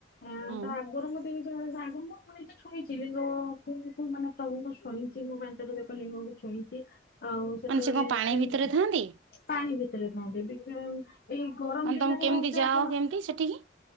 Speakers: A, on the left (about 50°); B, on the right (about 85°).
A: ଆଙ୍କ
B: ହୁଁ
A: ଆଗରୁ ମତେ <unintelligible> ଛୁଇଚି ଲିଙ୍ଗ୍ ମାନେ ପ୍ରଭୁଙ୍କୁ ଛୁଇଁଛି ମୁଁ ପାଞ୍ଚଟା ଯାକ ଲିଙ୍ଗଙ୍କୁ ଛୁଇଁଛି। ଆଉ ସେତେବେଳେ
B: ମାନେ ସେ କଣ ପାଣି
A: ଛୁଇଁବୁନି।
B: ଭିତରେ ଥାଆନ୍ତି
A: ପାଣି ଭିତରେ ଥାଆନ୍ତେ ଟିକେ ଆଉ ଏଇ ଗରମ
B: ମାନେ
A: ଦିନରେ
B: ତମେ କେମିତି
A: ହଉଛ
B: ଯାଅ
A: ଆପଣ
B: କେମିତି ସେଠିକି